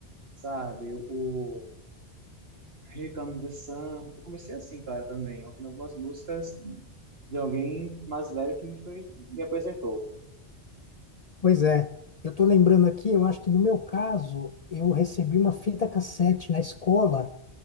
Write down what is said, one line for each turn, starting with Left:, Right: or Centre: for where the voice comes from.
Right: sabe? O Here Comes the Sun. Eu comecei assim, cara, também, ouvindo algumas músicas de alguém mais velho que me, foi, me apresentou.
Left: Pois é, eu estou lembrando aqui, eu acho que no meu caso, eu recebi uma fita cassete na escola